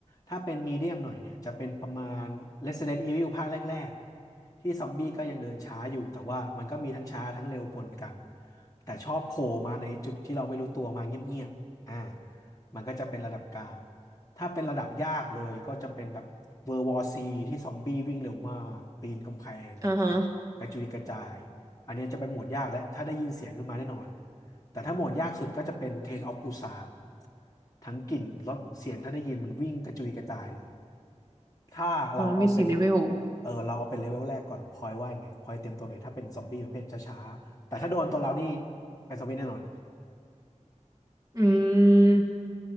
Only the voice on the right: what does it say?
อ่าฮะ
อ่ามีสี่เลเวล
อืม